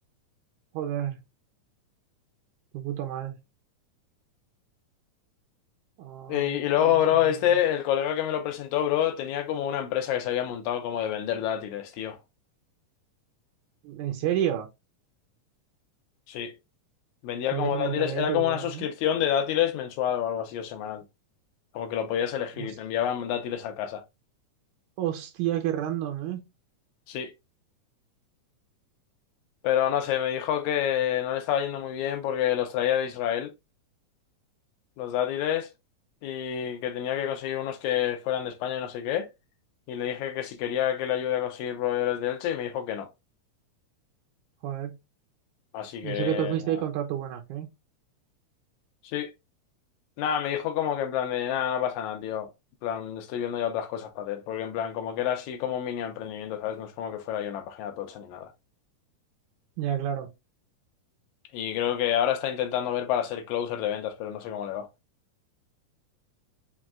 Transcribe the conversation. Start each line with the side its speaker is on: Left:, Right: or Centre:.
Right: Joder, Tu puto mal. Ay,
Left: Y, y
Right: qué
Left: luego,
Right: curioso,
Left: bro,
Right: a ver.
Left: este, el colega que me lo presentó, bro, tenía como una empresa que se había montado como de vender dátiles, tío.
Right: ¿En serio?
Left: Sí, vendía
Right: Joder,
Left: como dátiles,
Right: mentalidad
Left: era
Right: de tiburón,
Left: como una suscripción de dátiles mensual o algo así o semanal. Como que lo podías elegir
Right: ¿eh? Hos-
Left: y te enviaban dátiles a casa.
Right: Hostia, qué random, ¿eh?
Left: Sí, pero no sé, me dijo que no le estaba yendo muy bien porque los traía de Israel, los dátiles, y que tenía que conseguir unos que fueran de España y no sé qué. Y le dije que si quería que le ayude a conseguir proveedores de Elche y me dijo que no.
Right: Joder.
Left: Así que...
Right: Y eso que tú fuiste
Left: nada.
Right: ahí con toda tu buena fe.
Left: Sí. Nada, me dijo como que en plan de nada, no pasa nada, tío. En plan, estoy viendo ya otras cosas para hacer. Porque en plan, como que era así como un mini emprendimiento, ¿sabes? No es como que fuera ahí una página tocha ni nada.
Right: Ya, claro.
Left: Y creo que ahora está intentando ver para ser closer de ventas, pero no sé cómo le va.